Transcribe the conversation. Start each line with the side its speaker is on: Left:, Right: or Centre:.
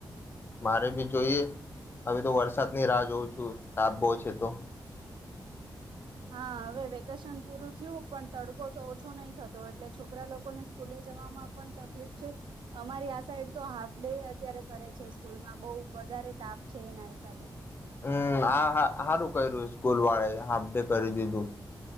Left: મારે ભી જોઈએ હવે તો વરસાદ ની રાહ જોઉં છું તાપ બોઉ છે તો
Right: હા હવે વેકેશન પૂરું થ્યું પણ તડકો તો ઓછો નહી થતો એટલે છોકરા લોકોને સ્કૂલે જવામાં પણ તકલીફ છે અમારી આ સાઈડ તો હાફ ડે એ અત્યારે કરે છે સ્કૂલમાં બહુ વધારે તાપ છે એના હિસાબે
Left: હમ આ હા હારું કર્યું સ્કૂલ વાળાએ હાફ ડે કરી દીધું